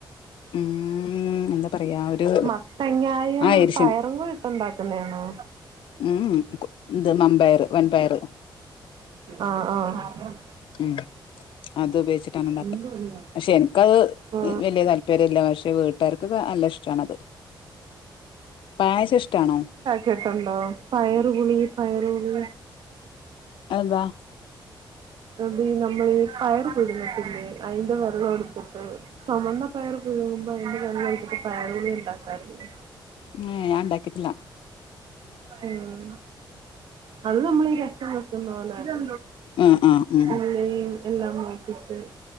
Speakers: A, on the left; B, on the right.
A: ഉം... എന്താ പറയാ? ഒരു
B: മത്തങ്ങായും
A: ആ എരിശിൻ
B: പയറും കൂടി ഇട്ടുണ്ടാക്കുന്നതണോ?
A: ഊഹു, ഇന്ത് വൻപയർ വൻപയർ.
B: ആഹ ആഹ.
A: ഉം, അത് ഉപയോഗിച്ചിട്ടാണ് ഉണ്ടാക്ക.
B: ഒന്നും ഒരു കുഴപ്പമില്ല
A: പക്ഷെ എനിക്കത്
B: ആ
A: വലിയ താല്പര്യ പേരില്ല. പക്ഷെ, വീട്ടേർക്ക് നല്ല ഇഷ്ടാണത്. പായസം ഇഷ്ടാണോ?
B: കേട്ടിട്ടുണ്ടോ? പയറു പുളി പയറു പുളി
A: അതെന്താ?
B: അത് നമ്മള് പയർ പുഴുങ്ങത്തില്ലേ? അതിന്റെ വെള്ളം എടുത്തിട്ട്... ചൊമെന്ന പയർ പുഴുങ്ങുമ്പോ അതിന്റെ വെള്ളം എടുത്തിട്ട് പയർപുളി ഉണ്ടാക്കാറിണ്ട്.
A: ഏ, ഞാൻ ണ്ടാക്കിട്ടില്ല.
B: ഉം, അന്ന് നമ്മൾ ഈ രസം വെക്കുന്ന പോലെണ്.
A: ആ ആ ഉം
B: എണ്ണയും എല്ലാം മൂപ്പിച്ചു